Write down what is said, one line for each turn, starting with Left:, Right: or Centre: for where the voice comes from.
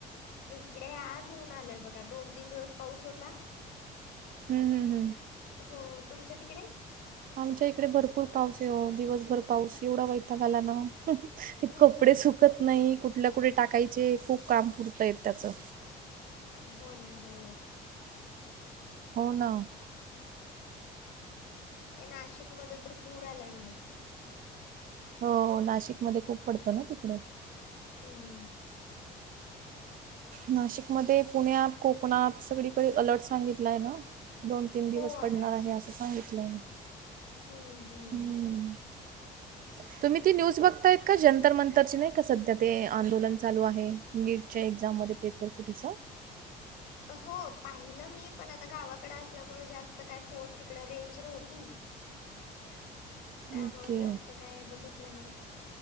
Left: इकडे आज ऊन आलय बघा दोन तीन दिवस पाऊस होता.
Right: हम्म हम हम्
Left: हो तुमच्या तिकडे?
Right: आमच्या इकडे भरपूर पाऊस आहे ओ दिवसभर पाऊस एवढा वयताग आला ना ते
Left: हम्म,
Right: कपडे सुकत नाही कुठल्या कुठे टाकायचे खूप काम पुरतंय त्याचं.
Left: हो ना हो
Right: हो ना
Left: ते नाशिकमध्ये तर पूर आल्याय म्हणे,
Right: हो हो नाशिकमध्ये खूप पडतो ना तिकड.
Left: हम्म
Right: नाशिकमध्ये पुण्यात कोकणात सगळीकडे अलर्ट सांगितलाय ना, दोन तीन दिवस
Left: हो
Right: पडणार
Left: अलर्ट
Right: आहे असं सांगितलंय
Left: हम्म हम्म.
Right: हम्. <unintelligible> तुम्ही ती न्यूज बघताय का जंतर मंतरची नाही का सध्या ते आंदोलन चालू आहे नीटच्या एक्झाम मध्ये, पेपर फुटीच.
Left: हो पाहिलं मी पण आता गावाकडे असल्यामुळे जास्त काय फोन तिकड रेंज नव्हती
Right: <inaudible>
Left: त्यामुळे
Right: ओके
Left: जास्त काय बघितलं नाही.